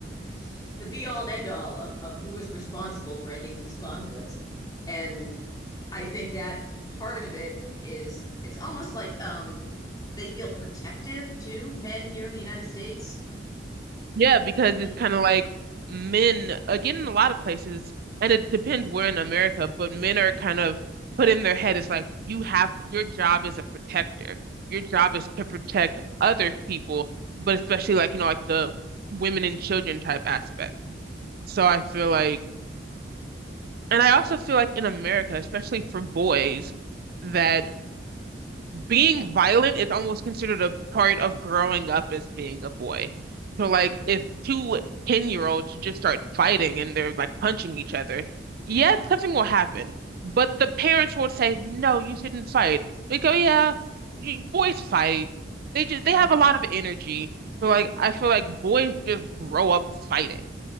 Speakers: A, on the left; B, on the right.
A: <laughs> the be all and end all of, of who is responsible for ending these conflicts? And I think that part of it is it's almost like um, they feel protective to men here in the United States.
B: Yeah, because it's
A: Like,
B: kind of like men, again, in a lot of places, and it depends where in America, but men are kind of put in their head, it's like you have your job is a protector. Your job is to protect other people, but especially like, you know, like the women and children type aspect. So I feel like, and I also feel like in America, especially for boys, that being violent is almost considered a part of growing up as being a boy. So like if 210 year olds just start fighting and they're like punching each other, yeah, something will happen. But the parents won't say, no, you shouldn't fight. They go, yeah, you, boys fight. They just they
A: yep.
B: have a lot of energy. So like I feel like boys just grow up fighting